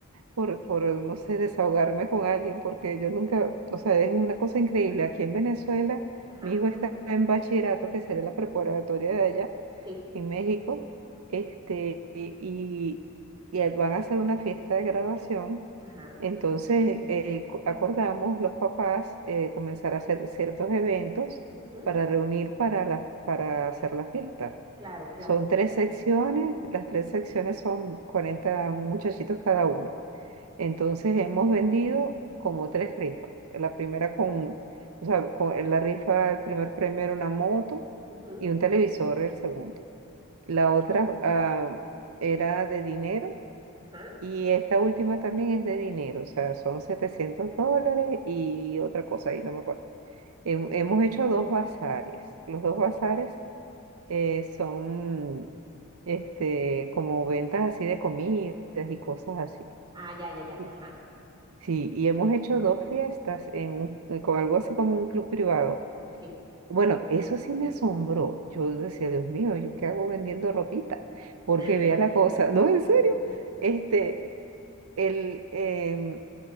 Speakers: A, on the right; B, on the right.
A: por, por, no sé, desahogarme con alguien, porque yo nunca, o sea, es una cosa increíble. Aquí en Venezuela,
B: Ajá.
A: mi hijo está en bachillerato, que será la preparatoria de allá,
B: Sí.
A: en México, este, y, y van a hacer una fiesta de graduación.
B: Ajá.
A: Entonces, eh, co- acordamos los papás eh, comenzar a hacer ciertos eventos
B: ujú,
A: para reunir para, la, para hacer la fiesta.
B: Claro, claro.
A: Son tres secciones, las tres secciones son 40 muchachitos cada uno. Entonces, hemos vendido como tres rifas. La primera con, o sea, con la rifa, el primer premio era una moto
B: ujú,
A: y un televisor el segundo. La otra ah, era de dinero
B: Ajá.
A: y esta última también es de dinero, o sea, son 700 dólares y
B: ajá,
A: otra cosa, ahí no me acuerdo. Hem- hemos hecho dos bazares. Los dos bazares eh, son este, como ventas así de comidas y cosas así.
B: Ah, ya, ya, ya.
A: Y-
B: Ajá.
A: Sí, y hemos hecho dos fiestas en un- eh, con algo así como un club privado
B: Sí.
A: Bueno, eso sí me asombró. Yo decía, Dios mío, ¿yo qué hago vendiendo ropita? Porque
B: <laughs>
A: vea la cosa, no, en serio. Este, el, em,